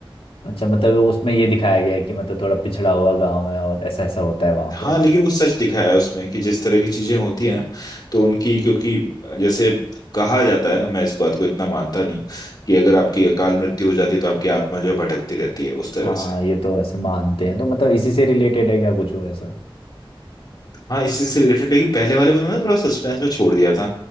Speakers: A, on the left; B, on the left.
A: अच्छा मतलब वो उसमें ये दिखाया गया है कि मतलब थोड़ा पिछड़ा हुआ गांव है और ऐसा ऐसा होता है वहां
B: हाँ
A: पे
B: लेकिन वो सच दिखाया है उसमें कि जिस तरह की चीजें होती है ना तो उनकी क्योंकि जैसे कहा जाता है मैं इस बात को इतना मानता नहीं हूँ कि अगर आपकी अकाल मृत्यु हो जाती है तो आपकी आत्मा जो है भटकती रहती है उस तरह
A: हाँ
B: से
A: ये तो ऐसे मानते हैं तो मतलब इसी से रिलेटेड है क्या कुछ वो ऐसा
B: हाँ इसी से रिलेटेड लेकिन पहले वाले में उन्होंने थोड़ा सस्पेंस में छोड़ दिया था